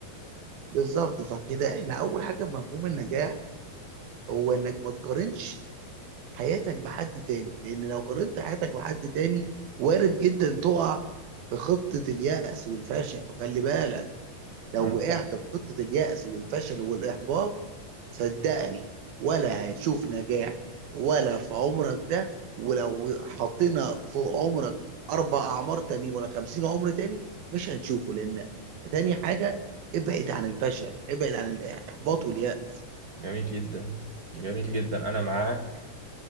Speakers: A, on the right; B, on the right.
A: بالظبط فكده احنا اول حاجه في مفهوم النجاح هو انك ما تقارنش حياتك بحد تاني لان لو قارنت حياتك بحد تاني وارد جدا تقع في خطه اليأس والفشل وخلي بالك لو
B: مم.
A: وقعت في خطه اليأس والفشل والاحباط صدقني ولا هتشوف نجاح ولا في عمرك ده ولو حطينا في عمرك اربع اعمار تاني ولا خمسين عمر تاني مش هتشوفه لان تاني حاجة ابعد عن الفشل ابعد عن الاحباط واليأس
B: جميل جدا جميل جدا أنا معاك